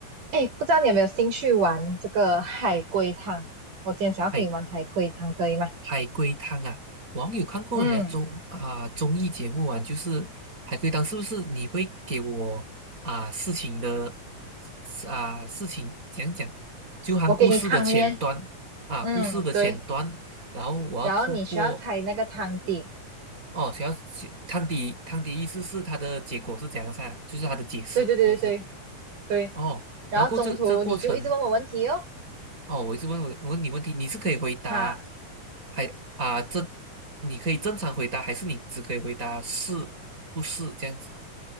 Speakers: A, on the right; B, on the right.
A: 哎，不知道你有没有兴趣玩这个海龟汤？我今天想要跟你玩海龟汤，
B: 海
A: 可以吗？
B: 海龟汤啊，网友看过人家综啊、
A: 嗯，
B: 综艺节目啊，就是海龟汤，是不是你会给我啊、事情的啊、事情讲讲，就含故事的前端啊，
A: 我给你汤面，嗯，
B: 故事的前端，
A: 对，
B: 然后我要透过
A: 然后你需要猜那个汤底，
B: 哦，想要去汤底汤底意思是它的结果是怎样噻，就是它的解释是不是？
A: 对对对对对，
B: 哦，
A: 然后中途你就一直问我问题哦，
B: 然后过这这过程哦，我一直问我我问你问题，你是可以回答，
A: 哈，
B: 还啊正，你可以正常回答，还是你只可以回答是不是这样子